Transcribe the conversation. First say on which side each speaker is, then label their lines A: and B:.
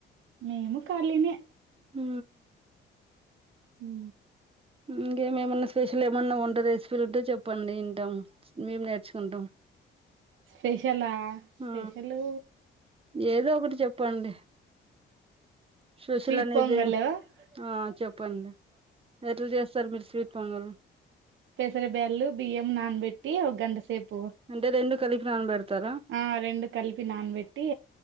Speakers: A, on the right; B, on the right.
A: మేము ఖాళీనే
B: ఉ
A: ఉ
B: ఇంకేమేమన్నా స్పెషల్ ఏమన్నా వంట రెసిపీలు ఉంటే చెప్పండి ఇంటాం మేం నేర్చుకుంటాం
A: స్పెషలా స్పెషలు
B: ఆ ఏదో ఒకటి చెప్పండి స్పెషల్
A: స్వీట్
B: అనేది
A: పొంగల్ ఆ
B: ఆ చెప్పండి ఎట్లా చేస్తారు మీరు స్వీట్ పొంగలు
A: పెసర బ్యాళ్లు బియ్యం నానబెట్టి ఒక గంటసేపు
B: అంటే రెండు కలిపి నాన్నబెడతారా
A: ఆ రెండు కలిపి నానబెట్టి